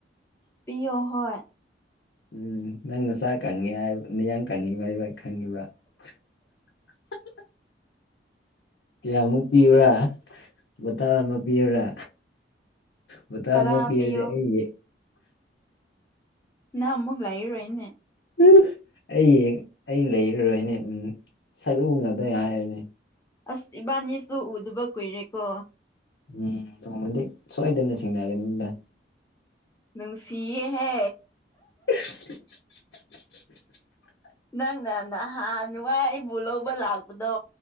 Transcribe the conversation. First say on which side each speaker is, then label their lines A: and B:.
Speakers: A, on the left; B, on the left.
A: ꯄꯤꯌꯣ ꯍꯣꯏ꯫
B: ꯎꯝ ꯅꯪ ꯅꯁꯥ ꯀꯪꯉꯤ ꯃꯤꯌꯥꯡ ꯀꯪꯉꯤꯕ ꯍꯥꯏꯕ ꯈꯪꯉꯤꯕ꯫ <unintelligible> ꯀꯌꯥꯃꯨꯛ ꯄꯤꯌꯨꯔꯥ ꯕꯣꯇꯥꯜ ꯑꯃ ꯄꯤꯌꯨꯔꯥ? ꯕꯣꯇꯜ
A: ꯇꯔꯥ
B: ꯑꯃ ꯄꯤꯔꯗꯤ
A: ꯄꯤꯌꯣ
B: ꯑꯩ
A: ꯅꯪ ꯃꯨꯛ ꯂꯩꯔꯔꯣꯏꯅꯦ꯫
B: ꯎꯝ ꯑꯩ ꯑꯩ ꯂꯩꯔꯔꯣꯏꯅꯦ ꯎꯝ ꯁꯔꯨꯒꯗ꯭ꯔ ꯍꯥꯏꯔꯅꯤ꯫
A: ꯑꯁ ꯏꯕꯥꯅꯤꯁꯨ ꯎꯗꯕ ꯀꯨꯏꯔꯦꯀꯣ꯫
B: ꯎꯝ ꯅꯣꯡꯃꯗꯤ ꯁꯣꯏꯗꯅ ꯊꯦꯡꯅꯒꯅꯤꯗ꯫
A: ꯅꯨꯡꯁꯤꯌꯦ ꯍꯦ꯫
B: <unintelligible>
A: ꯅꯪꯅ ꯅꯍꯥꯟ ꯋꯥꯏ ꯑꯩꯕꯨ ꯂꯧꯕ ꯂꯥꯛꯄꯗꯣ